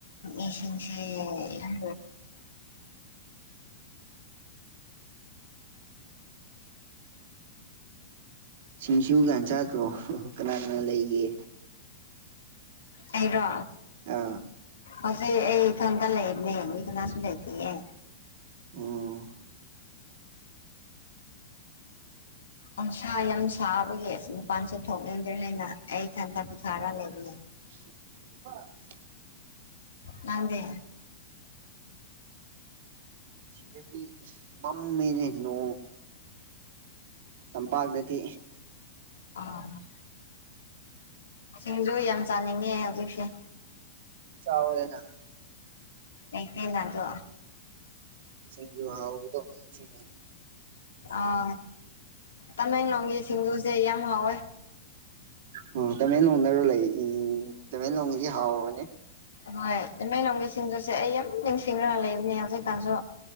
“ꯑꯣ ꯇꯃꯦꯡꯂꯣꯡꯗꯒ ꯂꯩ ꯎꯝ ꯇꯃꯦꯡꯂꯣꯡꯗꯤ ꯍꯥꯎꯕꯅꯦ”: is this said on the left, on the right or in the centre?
Right